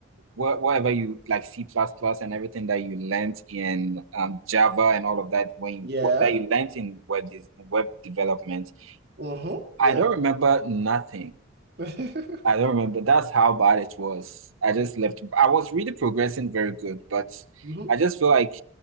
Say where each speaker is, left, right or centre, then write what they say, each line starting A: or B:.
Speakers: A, on the right; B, on the right.
A: what whatever you like C plus plus and everything that you learned in um Java and all of that when you
B: yeah,
A: what, that you learned in web des web development.
B: mm-hmm, yeah.
A: I don't remember nothing.
B: <laughs>
A: I don't remember. That's how bad it was. I just left. I was really progressing very good, but
B: Mhm.
A: I just feel like